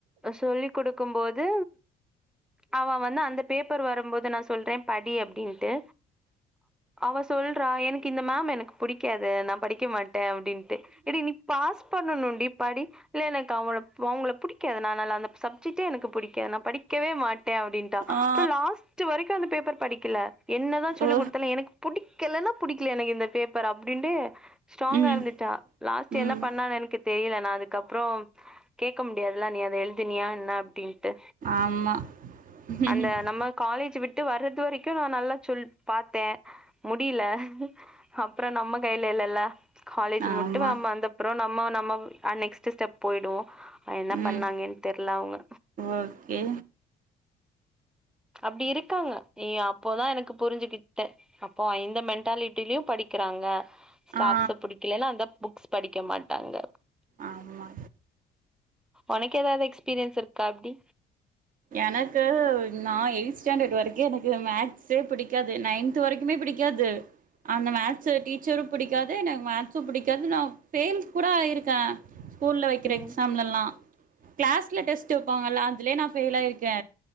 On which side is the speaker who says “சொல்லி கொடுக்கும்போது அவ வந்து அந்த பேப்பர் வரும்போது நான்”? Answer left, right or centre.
Centre